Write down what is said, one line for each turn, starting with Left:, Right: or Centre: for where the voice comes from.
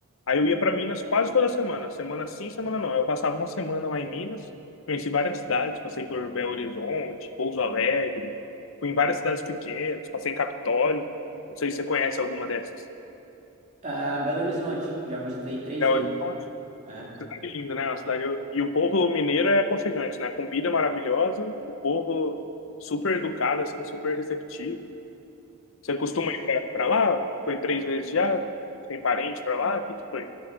Left: Aí eu ia para Minas quase toda semana, semana sim, semana não. Eu passava uma semana lá em Minas, conheci várias cidades, passei por Belo Horizonte, Pouso Alegre, fui em várias cidades pequenas, passei em Capitólio. Não sei se você conhece alguma dessas.
Right: Ah, Belo Horizonte, já visitei três
Left: Belo
Right: vezes,
Left: Horizonte,
Right: né?
Left: cidade linda, né? Uma cidade... E o povo mineiro é aconchegante, né? Comida maravilhosa, o povo super educado, assim, super receptivo. Você costuma ir para lá? Foi três vezes já? Tem parente para lá? O que que foi?